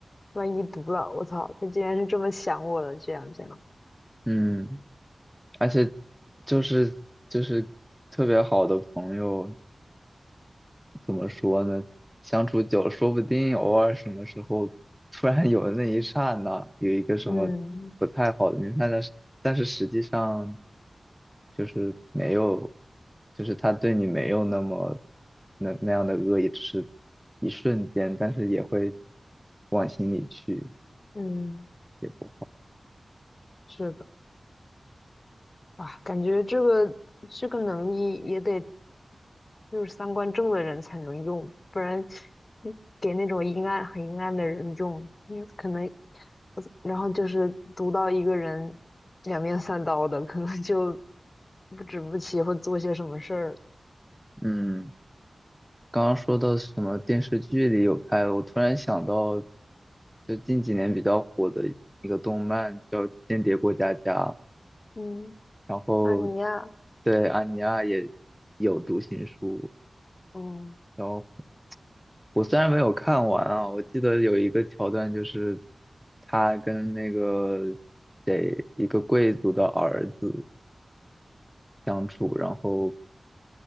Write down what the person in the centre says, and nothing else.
嗯，而且就是就是特别好的朋友。怎么说呢？相处久了，说不定偶尔什么时候突然有那一刹那有一个什么不太好的念头，
但是但是实际上就是没有，就是他对你没有那么那那样的恶意，只是一瞬间，但是也会往心里去，
也不好。
嗯，刚刚说到什么电视剧里有拍的，我突然想到，就近几年比较火的一个动漫叫《间谍过家家》。
然后
对安妮亚也有读心术，
然后我虽然没有看完啊，我记得有一个桥段就是他跟那个谁一个贵族的儿子相处，然后